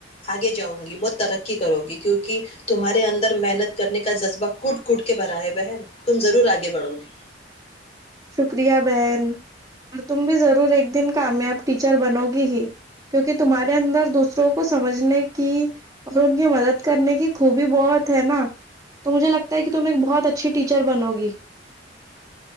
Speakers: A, on the left; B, on the right.
A: آگے جاؤ گی بہت ترقی کرو گی کیونکہ تمہارے اندر محنت کرنے کا جذبہ کٹ کٹ کے بھرائے ہوئے ن تم ضرور آگے بڑھو گے
B: شکریہ بہن اور تم بھی ضرور ایک دن کامیاب ٹیچر بنو گی ہی کیونکہ تمہارے اندر دوسروں کو سمجھنے کی اور ان کی مدد کرنے کی خوبی بہت ہے نا تو مجھے لگتا ہے کہ تم ایک بہت اچھی ٹیچر بنو گی